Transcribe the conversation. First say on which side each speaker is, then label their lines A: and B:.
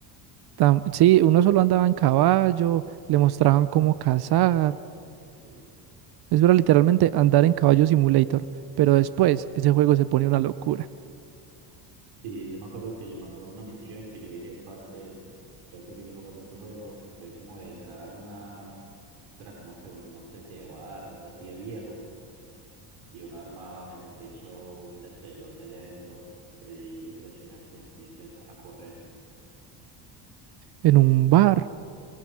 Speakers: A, on the right; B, on the right.
A: tam- Sí, uno solo andaba en caballo, le
B: Eso,
A: mostraban cómo cazar.
B: eso.
A: Eso era literalmente andar en caballo simulator. Pero después ese juego se pone una locura.
B: Sí, yo me acuerdo que yo me acuerdo de una misión que yo dije, parce, tengo que sigue jugando este juego, que fue como de entrar a una, eso era como que una especie de bar, así de viejo, y uno armaba, mejor dicho, un despelote allá adentro, increíble, impresionante, y empezó a correr.
A: En un bar.